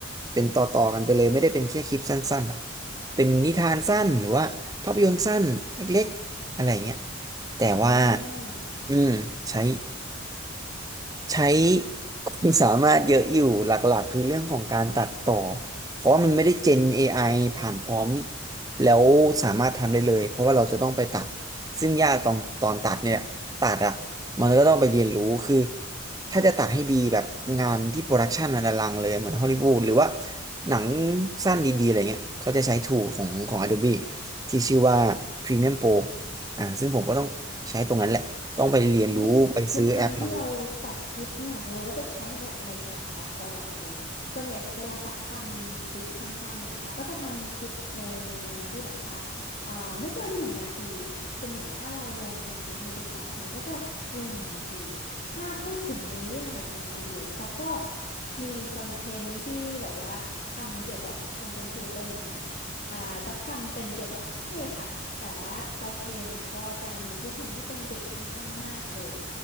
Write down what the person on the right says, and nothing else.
เป็นต่อต่อกันไปเลยไม่ได้เป็นแค่คลิปสั้นๆอะเป็นนิทานสั้นหรือว่าภาพยนตร์สั้นเล็กๆอะไรอย่างเงี้ยแต่ว่า
อืมใช้ ใช้ความสามารถเยอะอยู่หลักๆคือเรื่องของการตัดต่อเพราะว่ามันไม่ได้เจน AI ผ่านพร้อมแล้วสามารถทำได้เลยเพราะว่าเราจะต้องไปตัดซึ่งยากตอนตอนตัดเนี่ยตัดอ่ะมันก็ต้องไปเรียนรู้คือถ้าจะตัดให้ดีแบบงานที่โปรดักชันมันอลังเลยเหมือนฮอลลีวูดหรือว่าหนังสั้นดีๆอะไรเงี้ยเขาจะใช้ t ู o ของของ Adobe ที่ชื่อว่า Premiere Pro อ่าซึ่งผมก็ต้องใช้ตรงนั้นแหละต้องไปเรียนรู้ไปซื้อแอปมา